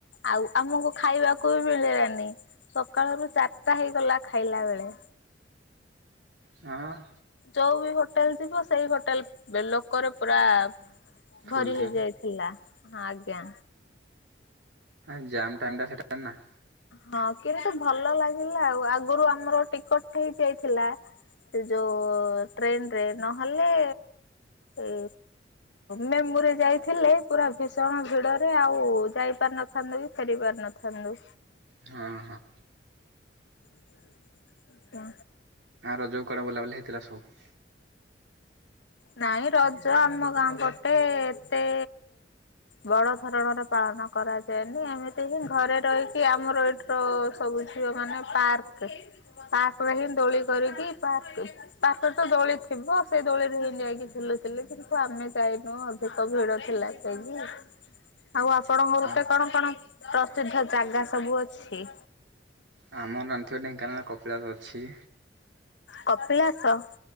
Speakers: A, on the left; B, on the right.
A: ଆଉ ଆମୁକୁ ଖାଇବାକୁ ବି ମିଳିଲାନି ସକାଳ ରୁ ଚାରଟା ହେଇଗଲା ଖାଇଲା ବେଳେ।
B: ହଁ ମ।
A: ଯୋଉ ବି ହୋଟେଲ ଯିବ ସେଇ ହୋଟେଲ ବେ ଲୋକରେ ପୁରା
B: ଫୁଲ
A: ଭରି
B: ଥିବ।
A: ହେଇ ଯାଇଥିଲା ହଁ ଆଜ୍ଞା।
B: ନା ଜାମ୍ ଟାଇମ ଟା ସେଟା ନା।
A: ହଁ କିନ୍ତୁ ଭଲ ଲାଗିଲା ଆଉ ଆଗରୁ ଆମର ଟିକଟ ହେଇ ଯାଇଥିଲା। ସେ ଯୋଉ ଟ୍ରେନରେ ନହେଲେ ଏ ମେ ମୁଁ ଜଉ ଯାଇଥିଲେ ପୁରା ଭୀଷଣ ଭିଡରେ ଆଉ ଯାଇ ପାରିନଥାନ୍ତୁ କି ଫେରି ପାରି ଥାନ୍ତୁ।
B: ହଁ ହଁ।
A: <unintelligible> ତା
B: ଆଁ ରଜକୁ କୁଆଡ଼େ ବୁଲାବୁଲି ହେଇଥିଲା ସବୁ?
A: ନାଇଁ ରଜ ଆମ ଗାଁ ପଟେ ଏତେ ବଡ଼ ଧରଣର ପାଳନ କରାଯାଏନି ଏମିତି ହିଁ ଘରେ ରହିକି ଆମର ଏଠ୍ ତ ସବୁ ଝିଅମାନେ ପାର୍କ ପାର୍କରେ ହିଁ ଦୋଳି କରିକି ପାକ୍ ପାଟ ତ ଦୋଳି ଥିବ ସେଇ ଦୋଳିରେ ହେଇ ଯାଇକି ଝୁଲୁଥୁଲେ ସେ କିନ୍ତୁ ଆମେ ଯାଇନୁ ଅଧିକ ଭିଡ଼ ଥିଲା ତ ଆଜି। ଆଉ ଆପଣଙ୍କର
B: ହଁ
A: ଟେ କଣ କଣ ପ୍ରସିଦ୍ଧ ଜାଗା ସବୁ ଅଛି?
B: ଆମ ନାନଥିବା ଢେଙ୍କାନାଳ କପିଳାସ ଅଛି।
A: କପିଳାସ?